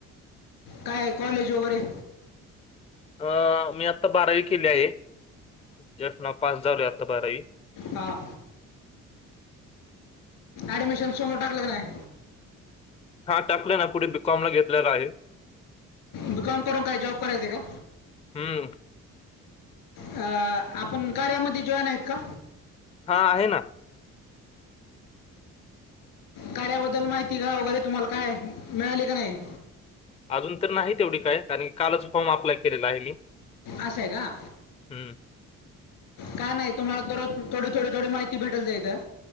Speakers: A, on the left; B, on the left.
A: काय कॉलेज वगैरे......
B: अ मी आता बारावी केली आहे जस्ट ना पास झाल आता बारावी....
A: हा ऍडमिशन समोर टाकलं नाही....
B: हा टाकले ना पुढे बीकॉम ला घेतलेला आहे
A: बी कॉम करून, काय जॉब करायं का?
B: हम्,
A: अ आपण कार्यामध्ये, जॉवान आहेत का?
B: हा आहे ना,
A: कार्याबद्दल माहिती का वगैरे तुम्हाला काय मिळाली का नाही...
B: अजून तर नाही तेवढी काय कारण की कालच फॉर्म अप्लाय केलेला आहे मी.....
A: अस आहे का?
B: हम्म
A: काय नाही तुम्हाला दररोज थोडी थोडी थोडी माहिती भेटल जाइल इथ...